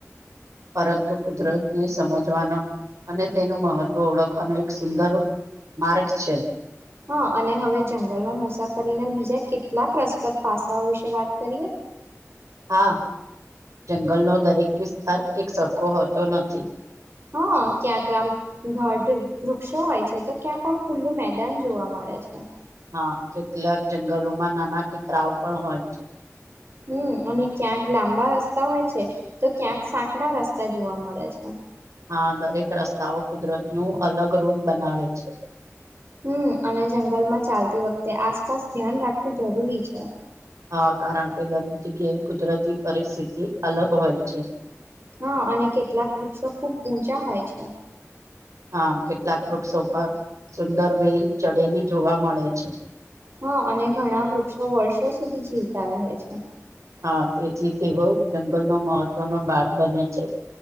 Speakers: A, on the right; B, on the right.
A: પરંતુ કુદરતને સમજવાનો અને તેનું મહત્વ ઓળખવાનો એક સુંદર માર્ગ છે
B: હા અને હવે જંગલમાં મુસાફરીના બીજા કેટલાક રસપ્રદ પાસાઓ વિશે વાત કરીએ <inaudible>
A: હા જંગલનો દરેક વિસ્તાર એક સરખો હોતો નથી
B: હા ક્યાંક આમ ઘડ વૃક્ષો હોય છે તો ક્યાંક આમ ખુલ્લું મેદાન જોવા મ ળે છે
A: હા કેટલાક જંગલોમાં નાના ટેકરાઓ પણ હોય છે
B: હમ અને ક્યાંક લાંબા રસ્તા હોય છે તો ક્યાંક સાંકડા રસ્તા જોવા મળે છે
A: આ દરેક રસ્તાઓ કુદરતનું અલગ રૂપ બનાવે છે
B: હમ અને જંગલમાં ચાલતી વખતે આસપાસ ધ્યાન રાખવું જરૂરી છે
A: હા કારણ કે દરેક જગ્યાએ કુદરતી પરિસ્થિતિ અલગ હોય છે
B: હા અને કેટલાક વૃક્ષો ખુબ ઊંચા હોય છે
A: હા કેટલાક વૃક્ષો પર સુંદર વેલ ચડેલી જોવા મળે છે
B: હા અને ઘણા વૃક્ષો વર્ષો સુધી જીવતા રહે છે
A: હા તેથી તેઓ જંગલનો મહત્વનો ભાગ બને છે